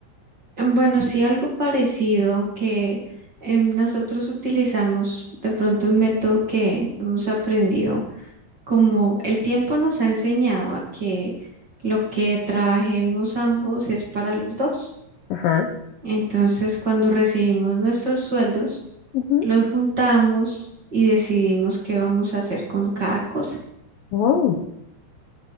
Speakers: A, on the right (about 30°); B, on the left (about 85°).
A: Em, Bueno, sí, algo parecido, aunque em, nosotros utilizamos de pronto un método que hemos aprendido, como el tiempo nos ha enseñado a que lo que trabajemos ambos es para los dos.
B: Ajá.
A: Entonces, cuando recibimos nuestros sueldos,
B: Ujú.
A: los juntamos y decidimos qué vamos a hacer con cada cosa.
B: Oh,